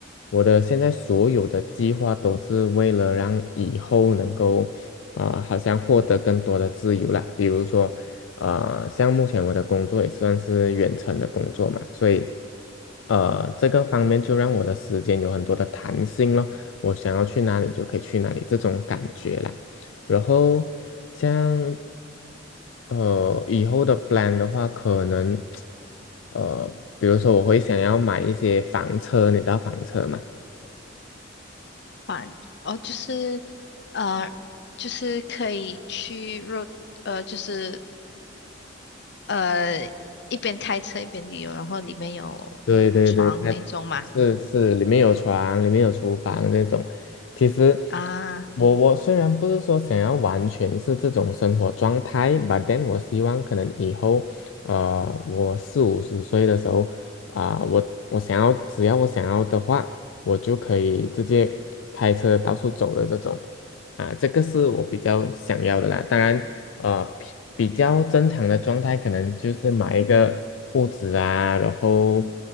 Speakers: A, on the left; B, on the left.
A: 我的现在所有的计划都是为了让以后能够，啊、好像获得更多的自由啦，比如说，呃，像目前我的工作也算是远程的工作嘛，所以，呃，这个方面就让我的时间有很多的弹性咯。我想要去哪里就可以去哪里这种感觉啦。然后像呃以后的 plan 的话，可能呃比如说我会想要买一些房车，你知道房车吗？
B: 啊，哦，就是呃，就是可以去 road 呃，就是呃一边开车一边旅游，然后里面有床那种嘛。
A: 对对对，它是是里面有床，里面有厨房这种。其实
B: 啊，
A: 我我虽然不是说想要完全是这种生活状态，but then 我希望可能以后，呃，我四五十岁的时候啊、我我想要只要我想要的话，我就可以直接开车到处走的这种啊、这个是我比较想要的啦。当然呃比比较正常的状态，可能就是买一个物质啊，然后